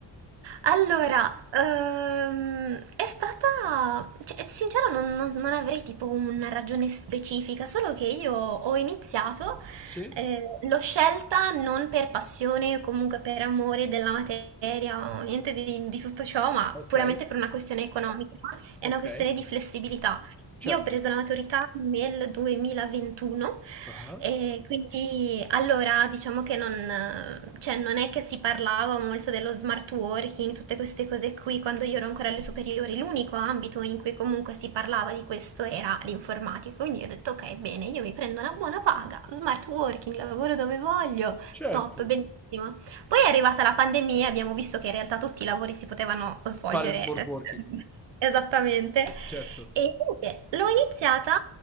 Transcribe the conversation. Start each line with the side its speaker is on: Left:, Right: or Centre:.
Right: Allora, ehm, è stata, cioè, sincero, non, non- non avrei tipo una ragione specifica, solo che io ho iniziato,
Centre: Sì.
Right: eh, l'ho scelta non per passione o comunque per amore della materia o niente di, di tutto ciò, ma
Centre: Ok,
Right: puramente per una questione economica, è
Centre: ok,
Right: una questione di flessibilità.
Centre: certo.
Right: Io ho preso la maturità nel 2021
Centre: Ah.
Right: e quindi allora diciamo che non, eh, cioè, non è che si parlava molto dello smart working, tutte queste cose qui, quando io ero ancora alle superiori, l'unico ambito in cui comunque si parlava di questo era l'informatica. Quindi io ho detto ok, bene, io mi prendo una buona paga, smart working, lavoro dove voglio,
Centre: Certo,
Right: top, bellissimo. Poi è arrivata la pandemia, abbiamo visto che in realtà tutti i lavori si potevano svolgere
Centre: fare smart
Right: eh,
Centre: working,
Right: <laughs> esattamente.
Centre: certo.
Right: E niente, l'ho iniziata